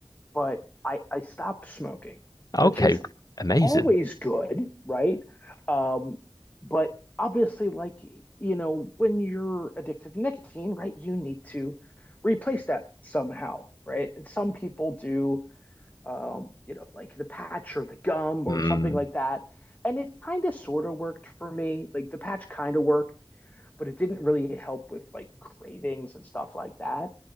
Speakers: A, on the left; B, on the left.
A: but I I stopped smoking,
B: Okay,
A: which is
B: amazing.
A: always good, right? Um, but obviously like you know, when you're addicted to nicotine, right, you need to replace that somehow, right? And some people do um, you know, like the patch or the gum
B: Mm.
A: or something like that. And it kind of sort of worked for me. Like the patch kind of worked but it didn't really help with like cravings and stuff like that.